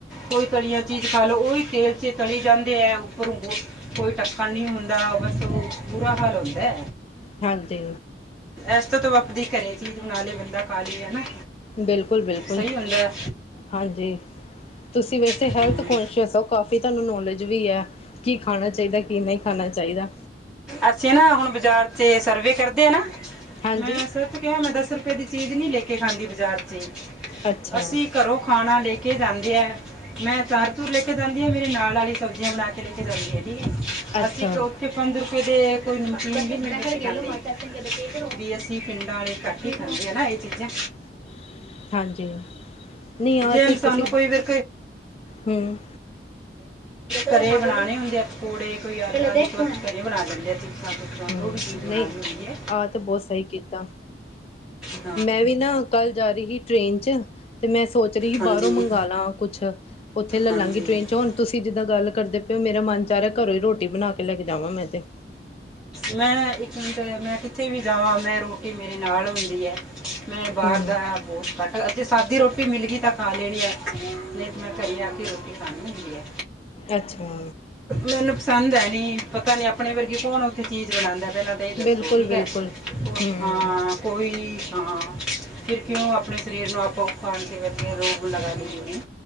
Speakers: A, in the centre; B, on the left.
A: ਕੋਈ ਤਲੀਆਂ ਚੀਜ਼ ਖਾ ਲੋਓ ਉਹੀ ਤੇਲ ਚ ਤਲੀ ਜਾਂਦੇ ਹੈ ਉੱਪਰੋਂ ਕੋਈ ਟੱਕਣ ਨਹੀਂ ਹੁੰਦਾ ਬਸ ਉਹ ਬੁਰਾ ਹਾਲ ਹੁੰਦਾ
B: ਹਾਂਜੀ
A: ਇਸ ਤੋ ਤਾਂ ਆਪਦੀ ਘਰੇ ਚੀਜ ਬਣਾ ਲਏ ਬੰਦਾ ਖਾ ਲਾਏ ਹਨਾ
B: ਬਿਲਕੁ- ਬਿਲਕੁਲ
A: ਸਹੀ ਹੁੰਦਾ
B: ਹਾਂਜੀ ਤੁਸੀਂ ਵੈਸੇ
A: ਹਾਂ।
B: ਹੈਲਥ ਕੋਨਸ਼ੀਅਸ ਓ ਕਾਫੀ ਤੁਹਾਨੂੰ ਨੌਲੇਜ ਵੀ ਐ ਕੀ ਖਾਣਾ ਚਾਹੀਦਾ ਕੀ ਨਹੀਂ ਖਾਣਾ ਚਾਹੀਦਾ
A: ਅਸੀਂ ਨਾ ਹੁਣ ਬਾਜ਼ਾਰ ਚ ਸਰਵੇ ਕਰਦੇ ਆ ਨਾ
B: ਹਾਂਜੀ
A: ਮੈਂ ਸਰ ਨੂੰ ਕਿਹਾ ਮੈਂ ਕਿਹਾ ਸਰ ਕਦੀ ਚੀਜ਼ ਨੀ ਲੈ ਕੇ ਖਾਂਦੀ ਬਾਜ਼ਾਰ ਚ ਈ,
B: ਅੱਛਾ
A: ਅਸੀਂ ਘਰੋਂ ਖਾਣਾ ਲੈ ਕੇ ਜਾਂਦੇ ਆ ਮੈਂ ਚਾਰ ਚੂਰ ਲੈ ਕੇ ਜਾਂਦੀ ਆ ਮੇਰੇ ਨਾਲੀ ਸਬਜ਼ੀਆਂ ਬਣਾ ਕੇ ਲੈ ਕੇ ਜਾਂਦੀ ਆ
B: ਅੱਛਾ
A: ਅਸੀਂ ਚੌਥ ਪੰਜ ਰੁਪਏ ਦੇ ਕੋਈ ਮਤਲਬ ਈ ਨੀ ਵੀ ਅਸੀਂ ਪਿੰਡਾਂ ਆਲੇ ਖ ਕੀ ਖਾਂਦੀ ਏ ਨਾ ਇਹ ਚੀਜ਼ਾਂ
B: <inaudible> ਹਾਂਜੀ ਨਹੀਂ ਆ
A: ਜੇ ਇਨਸਾਨੂੰ
B: ਤੇ ਤੁਸੀਂ
A: ਕੋਈ ਵੀਰ
B: ਹੂੰ
A: ਘਰੇ ਬਣਾਣੇ ਹੁੰਦੇ ਆ ਪਕੌੜੇ ਕੋਈ ਆਲੂਆਂ ਦੀ ਘਰੇ ਹੀ ਬਣਾ ਲੈਂਦੇ ਅਸੀਂ ਘਰ ਚ
B: ਹੂੰ
A: ਜੋ ਵੀ ਚੀਜ਼ ਬਣਾਉਣੀ
B: ਨਹੀਂ
A: ਹੁੰਦੀ ਐ
B: ਆਹ ਤਾਂ ਬਹੁਤ ਸਹੀ ਕੀਤਾ
A: ਖਾਣ
B: ਮੈਂ ਵੀ ਨਾ ਕੱਲ ਜਾ ਰਹੀ ਸੀ ਟ੍ਰੇਨ ਚ ਤੇ ਮੈਂ ਸੋਚ ਰਹੀ ਸੀ
A: ਹਾਂਜੀ
B: ਬਾਹਰੋਂ ਮੰਗਾਲਾ ਕੁਛ ਉੱਥੇ ਲੈ
A: ਹਾਂਜੀ
B: ਲਾਂਗੀ ਟਰੇੇਨ ਚ ਹੁਣ ਤੁਸੀਂ ਜਿੱਦਾਂ ਗੱਲ ਕਰਦੇ ਪਏ ਓ ਮੇਰਾ ਮਨ ਚ ਆ ਰਿਹਾ ਘਰੋਂ ਈ ਰੋਟੀ ਬਣਾ ਕੇ ਲੈ ਕੇ ਜਾਵਾਂ ਮੈਂ ਤੇ
A: ਮੈਂ ਇੱਕ ਮੈਂ ਕਿੱਥੇ ਵੀ ਜਾਵਾਂ ਮੈਂ ਰੋਟੀ ਮੇਰੇ ਨਾਲ ਹੁੰਦੀ ਐ ਮੈਂ ਬਾਹਰ
B: ਹੂੰ
A: ਦਾ ਬਹੁਤ ਘੱਟ ਜੇ ਸਾਦੀ ਰੋਟੀ ਮਿਲ ਗਈ ਤਾਂ ਖਾ ਲੈਣੀ ਏ ਨਹੀਂ ਤਾਂ ਮੈਂ ਘਰੇ ਆ ਕਿ ਰੋਟੀ ਖਣੀ ਹੁੰਦੀ ਐ
B: ਅੱਛਾ
A: ਮੈਨੂੰ ਪਸੰਦ ਹੈ ਨੀ ਪਤਾ ਨੀ ਆਪਣੇ ਵਰਗੀ ਕੌਣ ਉੱਥੇ ਚੀਜ਼ ਬਣਾਉਦਾ ਪਹਿਲਾਂ ਸਹੀ ਦੱਸੋ
B: ਬਿਲਕੁਲ
A: ਠੀਕ
B: ਬਿਲਕੁਲ
A: ਏ ਉਹ
B: ਹੂੰ
A: ਹਾਂ ਕੋਈ ਹਾਂ ਫਿਰ ਕਿਉਂ ਆਪਣੇ ਸਰੀਰ ਨੂੰ ਆਪੋ ਖਾਣ ਤੇ ਰੋਗ ਲਗਾ ਲਈਏ